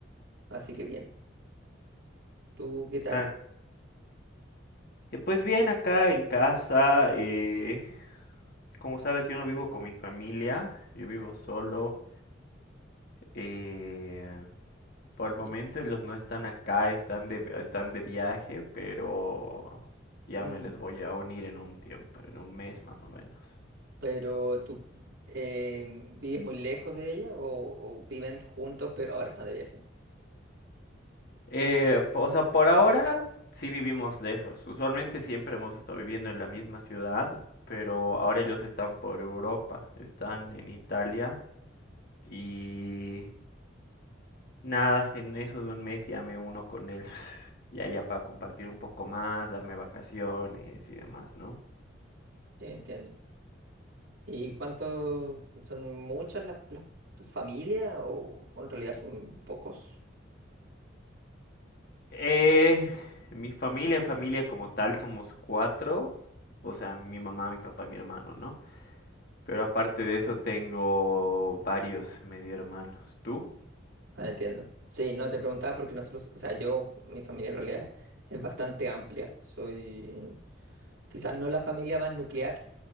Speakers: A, on the right (about 80°); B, on the left (about 55°).
A: así que bien. ¿Tú qué tal?
B: Ah, eh, pues bien, acá en casa. eh, como sabes, yo no vivo con mi familia, yo vivo solo. eh, por el momento
A: Y-
B: ellos no están acá, están de, están de viaje, pero ya
A: mm,
B: me les voy a unir en un tiempo, en un mes más o menos.
A: pero tú eh, vives muy lejos de ella o, o viven juntos, pero ahora están de viaje.
B: Eh, o sea, por ahora sí vivimos lejos. Usualmente siempre hemos estado viviendo en la misma ciudad, pero ahora ellos están por Europa, están en Italia y nada, en eso de un mes ya me uno con ellos. <laughs> Ya, ya para compartir un poco más, darme vacaciones y demás, ¿no?
A: Sí, entiendo. ¿Y cuántos son muchas las, las- tu familia o, o en realidad son pocos?
B: Eh, mi familia, familia como tal, somos cuatro. O sea, mi mamá, mi papá y mi hermano, ¿no? Pero aparte de eso tengo varios medio hermanos. ¿Tú?
A: Ah, entiendo. Sí, no te preguntaba porque nosotros, o sea, yo, mi familia en realidad es bastante amplia. Soy quizás no la familia más nuclear,